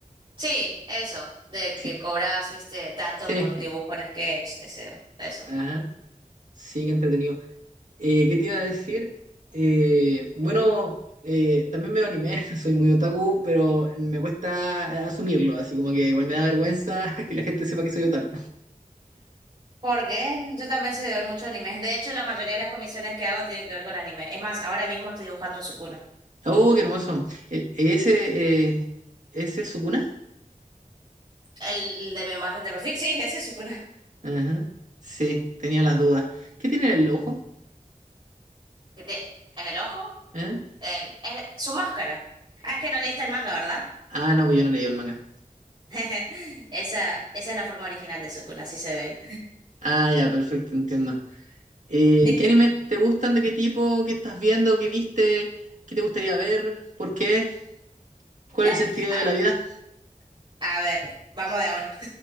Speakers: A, on the right (about 40°); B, on the right (about 60°).
A: sí, eso, de que
B: Sí,
A: cobras, viste, tanto
B: sí,
A: por un dibujo en sketch, te eso.
B: ajá, sí, qué entretenido. Eh, ¿qué te iba a decir? Eh, bueno, eh, también veo anime, <laughs> soy muy otaku, pero me cuesta eh, asumirlo, así como que igual me da vergüenza <laughs> que la gente sepa que soy otaku.
A: Porque yo también sé de ver mucho anime. De hecho, la mayoría de las comisiones que hago tienen que ver con anime. Es más, ahora mismo estoy dibujando un Sukuna.
B: Oh, qué hermoso. Eh, ese, eh, ¿ese es Sukuna?
A: El de mi imagen de perfil, sí, ese es Sukuna.
B: Ajá, sí, tenía las dudas. ¿Qué tiene en el ojo?
A: <laughs> ¿Qué tiene? ¿En el ojo?
B: ¿Eh?
A: En, es su máscara. Ah, es que no leíste el manga, ¿verdad?
B: Ah, no, pues yo no leí el manga.
A: <laughs> Esa, esa es la forma original de Sukuna, así se ve
B: Ah, ya, perfecto, entiendo. Eh,
A: él.
B: ¿qué animes te gustan? ¿De qué tipo? ¿Qué estás viendo? ¿Qué viste? ¿Qué te gustaría ver? ¿Por qué? ¿Cuál es
A: <laughs>
B: el sentido
A: A,
B: de la vida?
A: a ver, vamos de a uno.